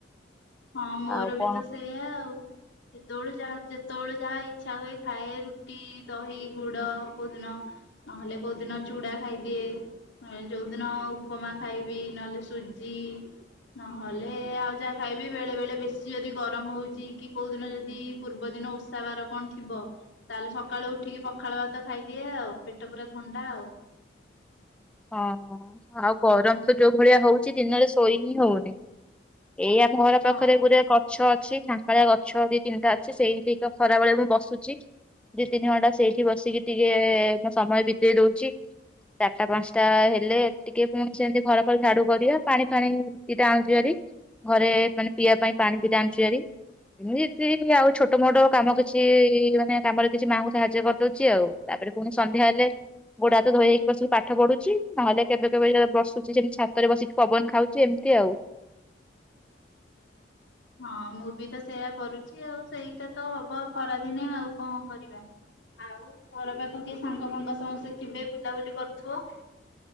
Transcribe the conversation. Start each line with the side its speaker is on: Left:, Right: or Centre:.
Left: ହଁ ମୋର
Centre: ଆଉ କଣ
Left: ବି ତ ସେଇୟା ଆଉ। ଯେତେବେଳେ ଯାହା ଯେତେବେଳେ ଯାହା ଇଚ୍ଛା ହୁଏ ଖାଏ। ରୁଟି ଦହି ଗୁଡ କୋଉଦିନ ନହେଲେ କୋଉଦିନ ଚୂଡା ଖାଇଦିଏ। ନହେଲେ ଯୋଉଦିନ ଉପମା ଖାଇବି। ନହେଲେ ସୁଜି ନହେଲେ ଆଉ ଯାହା ଖାଇବି। ବେଳେ ବେଳେ ବେଶୀ ଯଦି ଗରମ ହଉଛି କି କୋଉଦିନ ଯଦି ପୂର୍ବ ଦିନ ଓଷା ବାର କଣ ଥିବ ତାହେଲେ ସକାଳୁ ଉଠିକି ପଖାଳ ଭାତ ଖାଇଦିଏ ଆଉ। ପେଟ ପୁରା ଥଣ୍ଡା ଆଉ।
Centre: ହଁ ଆଉ ଗରମ ତ ଯୋଉ ଭଳିଆ ହଉଛି ଦିନରେ ଶୋଇ ହିଁ ହଉନି। ଏଇ ଆମ ଘର ପାଖରେ
Left: ହଁ।
Centre: ଗୁରେ କ ଗଛ ଅଛି ଝାଙ୍କାଳିଆ ଗଛ ଦି ତିନିଟା ଅଛି। ସେଇଠିକା ଖରାବେେଳେ ମୁଁ ବସୁଛି। ଦି ତିନି ଘଣ୍ଟା ସେଇଠି ବସିକି ଟିକେ ମୁଁ ସମୟ ବିତେଇ ଦଉଛି। ଚାରଟା ପାଞ୍ଚଟା ତାହେଲେ ଟିକେ ପୁଣି ସେମିତି ଘର ଫର ଝାଡୁ କରିବା। ପାଣି ଫାଣି ଦିଟା ଆଣୁଛୁ ଆରିି। ଘରେ ମାନେ ପିଇବା ପାଇଁ ପାଣି ଦିଟା ଆଣୁଛୁ ଆରି। ଏମିତି ଆଉ ଛୋଟ ମୋଟ କାମ କିଛି ମାନେ କାମରେ କିଛି ମାଆଙ୍କୁ ସାହାଯ୍ୟ କରିଦେଉଛି ଆଉ। ତାପରେ ପୁଣି ସନ୍ଧ୍ୟା ହେଲେ ଗୋଡ ହାତ ଧୋଇ ହେଇକି ବସିକି ପାଠ ପଢୁଛି। ନହେଲେ କେବେ କେବେ ଯେତେବେଳେ ବସୁଛି ସେମିତି ଛାତରେ ବସିକି ପବନ ଖାଉଛି ଏମିତି ଆଉ।
Left: ହଁ ମୁଁ ବି ତ ସେଇୟା କରୁଛି ଆଉ। ସେଇଟା ତ ହବ ଖରାଦିନେ ଆଉ କଣ କରିବା। ଆଉ ଘର ପାଖ କେହି ସାଙ୍ଗ ଫାଙ୍ଗ ସମସ୍ତେ ଥିବେ ବୁଲାବୁଲି କରୁଥିବ।